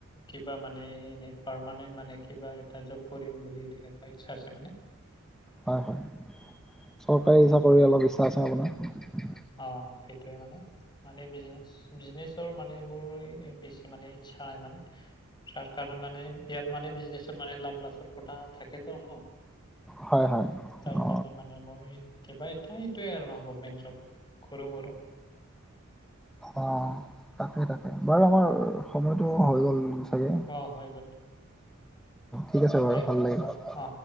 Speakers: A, on the left; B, in the centre.
A: কিবা মানে এনে পাৰমানেণ্ট। মানে কিবা এটা জব কৰিম বুলি তেনেকুৱা ইচ্ছা আছে মানে।
B: হয় হয় চৰকাৰী চাকৰি অলপ ইচ্ছা আছে আপোনাৰ।
A: অ সেইটোয়ে মানে মানে বিজনেছ বিজনেছৰ মানে মোৰ বেছি মানে ইচ্ছা নাই মানে তাৰ কাৰণে মানে ইয়াত মানে বিজনেছৰ মানে লাভ লাছৰ কটা থাকেতো ন
B: হয় হয়
A: তাৰ
B: অ
A: কাৰণে মানে মই কিবা এটাই এইটোয়ে আৰু ন গভমেন্ট জব সৰু মৰু।
B: অ তাকে তাকে বাৰু আমাৰ সময়তটো হৈ গ'ল চাগে
A: অ হৈ গ'ল
B: ঠিক আছে বাৰু
A: দে
B: ভাল
A: হ'ব
B: লাগিল।
A: অ।